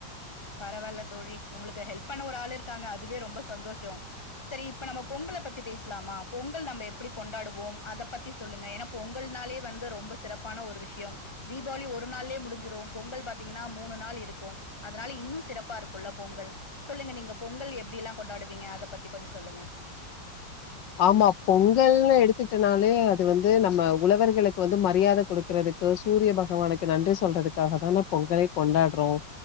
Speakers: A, on the left; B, on the left.
A: பரவாயில்ல தோழி உங்களுக்கு ஹெல்ப் பண்ண ஒரு ஆள் இருக்காங்க அதுவே ரொம்ப சந்தோஷோம் சரி இப்ப நம்ம பொங்கல பத்தி பேசலாமா பொங்கல் நம்ப எப்டி கொண்டாடுவோம் அத பத்தி சொல்லுங்க ஏன்னா பொங்கல்னாலே வந்து ரொம்ப சிறப்பான ஒரு விஷயோம் தீபாவளி ஒரு நாளே முடிஞ்சிரும் பொங்கல் பாத்தீங்கன்னா மூணு நாள் இருக்கும் அது அதனால இன்னு சிறப்பா இருக்குல்ல பொங்கல் சொல்லுங்க நீங்க பொங்கல் எப்டிலாம் கொண்டாடுவீங்க அத பத்தி கொஞ்சோ சொல்லுங்க
B: ஆமா பொங்கல்னு எடுத்துட்டனாலே அது வந்து நம்ப உழவர்களுக்கு வந்து மரியாத கொடுக்குறதுக் சூரிய பகவானுக்கு நன்றி சொல்றதுக்காக தான பொங்கலே கொண்டாடுறோம்